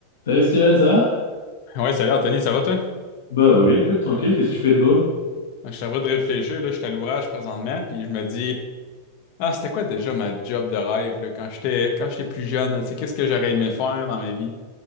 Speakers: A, on the left; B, on the left.
A: Salut Steven, ça va?
B: Ouais, salut Anthony, ça va toi?
A: Bah oui, écoute, tranquille, qu'est-ce que tu fais de beau?
B: Je suis en de réfléchir, là, je suis à l'ouvrage présentement, puis je me dis, ah, c'était quoi déjà ma job de rêve, là, quand j'étais quand j'étais plus jeune, là, tu sais, qu'est-ce que j'aurais aimé faire dans ma vie?